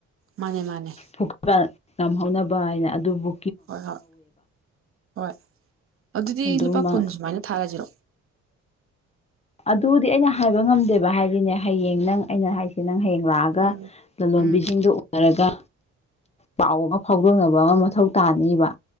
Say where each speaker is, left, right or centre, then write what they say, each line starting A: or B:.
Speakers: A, on the right; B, on the left.
A: ꯃꯥꯅꯦ ꯃꯥꯅꯦ
B: ꯐꯨꯄ ꯉꯝꯍꯧꯅꯕ ꯍꯥꯏꯅ ꯑꯗꯨꯕꯨ
A: ꯍꯣꯏ ꯍꯣꯏ ꯍꯣꯏ ꯑꯗꯨꯗꯤ
B: ꯑꯗꯨꯃ
A: ꯂꯨꯄꯥ ꯀꯨꯟ ꯁꯨꯃꯥꯏꯅ ꯊꯥꯔꯁꯤꯔꯣ
B: ꯑꯗꯨꯗꯤ ꯑꯩꯅ ꯍꯥꯏꯕ ꯉꯝꯗꯦꯕ ꯍꯥꯏꯁꯤꯅꯦ ꯍꯌꯦꯡ ꯅꯪ ꯑꯩꯅ ꯍꯥꯏꯁꯦ ꯅꯪ ꯍꯌꯦꯡ ꯇꯧꯔꯥꯛꯑꯒ
A: ꯎꯝ
B: ꯂꯂꯣꯟꯕꯤꯁꯤꯡꯗꯨ
A: ꯎꯝ
B: ꯎꯅꯔꯒ ꯄꯥꯎ ꯑꯃ ꯐꯥꯎꯗꯣꯛꯅꯕ ꯑꯃ ꯃꯊꯧ ꯇꯥꯅꯤꯕ